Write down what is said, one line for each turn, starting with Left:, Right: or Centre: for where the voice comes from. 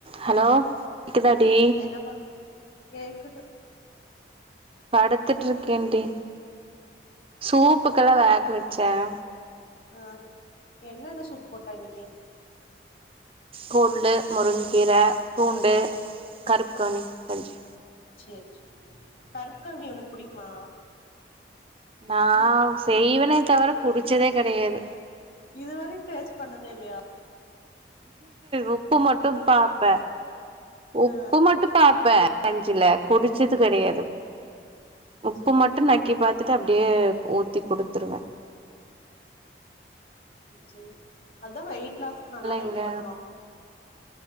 Right: ஹலோ கேக்குதா டி
Left: ம். என்ன பண்ற? கேக்குது.
Right: படுத்துட்டு இருக்கேன்டி சூப்புக்கெல்லா வேக வச்சேன்
Left: ஆஹ் என்னென்ன சூப் போட்ட இன்னிக்கி
Right: கொள்ளு முருங்கீர பூண்டு
Left: ம்.
Right: கருப்கவுனி கஞ்சி
Left: சேரி சேரி கருப் க்கவ்னி உனக்கு புடிக்குமா
Right: நா செய்வே ன தவர குடிச்சதே கடயாது
Left: இதுவரிக் டேஸ்ட் பண்ணதே இல்லயா
Right: உப்பு மட்டும் பாப்பே உப்பு
Left: ஆ.
Right: மட்டும் பாப்பெ கஞ்சில குடிச்சது
Left: சரி,
Right: கடையாது
Left: சரி, சரி.
Right: உப்பு
Left: சரி,
Right: மட்டு
Left: சரி.
Right: நக்கி பாத்துட்டு அப்டியே ஊத்தி குடுத்துடுவேன்
Left: சேரி அதா வெயிட் லாஸ்க்கு நல்லா ஹெல்ப்
Right: எங்க
Left: பண்ணுமா